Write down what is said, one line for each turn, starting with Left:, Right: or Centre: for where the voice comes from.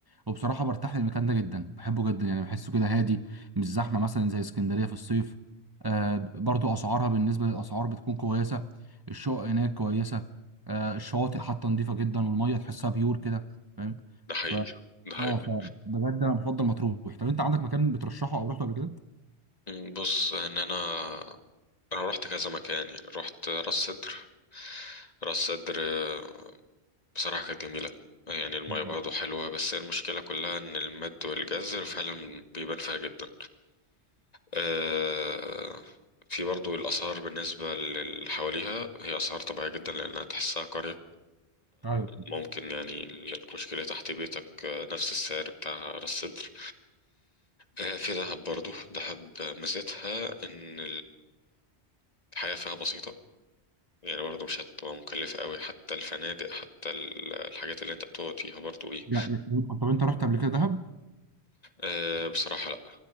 Right: وبصراحة برتاح للمكان ده جدا بحبه جدا يعني بحسه كده هادي مش زحمة مثلا زي اسكندرية في الصيف آه برضو أسعارها بالنسبة للأسعار بتكون كويسة الشقق هناك كويسة آه الشواطئ حتى نظيفة جدا والمية تحسها بيور كده فاهم
Left: ده حقيقي
Right: ف
Left: ده حقيقي
Right: اه ف بجد أنا بفضل مطروح طب أنت عندك مكان بترشحه أو رحته قبل كده؟
Left: مم، بص ان انا انا رحت كذا مكان يعني رحت راس سدر راس سدر آه، بصراحة كانت جميلة يعني المية
Right: مم.
Left: برضه حلوة بس المشكلة كلها إن المد والجزر فعلا بيبان فيها جدا آه، في برضه الآثار بالنسبة للي حواليها هي آثار طبيعية جدا لأنها تحسها قرية
Right: أيوه
Left: ممكن يعني الكشك اللي تحت بيتك آه، نفس السعر بتاع راس سدر آه، في دهب برضه دهب ميزتها إن الحياة فيها بسيطة يعني برضه مش هتبقى مكلفة قوي حتى الفنادق حتى ال- الحاجات اللي انت بتقعد فيها برضو ايه
Right: يعني طب أنت رحت قبل كده دهب؟
Left: أه بصراحة لأ